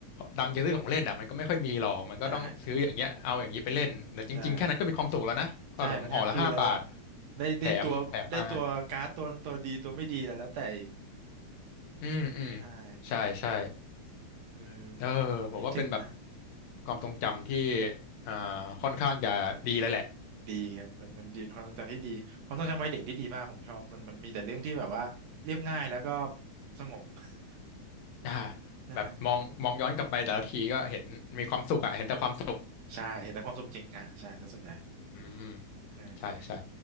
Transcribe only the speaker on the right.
ใช่ใช่ใช่มันแฮปปี้แล้วได้ได้ตัวได้ตัวการ์ดตัวตัวดีตัวไม่ดีแล้วแล้วแต่อีก
ใช่
เออ
คิดถึงนะ
ดีครับมันมันดีเป็นความทรงจำที่ดีความทรงจำวัยเด็กที่ดีมากผมชอบมันมันมีแต่เรื่องที่แบบว่าเรียบง่ายแล้วก็สงบ <laughs>
ใช่
ใช่เห็นแต่ความสุขจริงอ่ะใช่ซะส่วนใหญ่
ใช่ใช่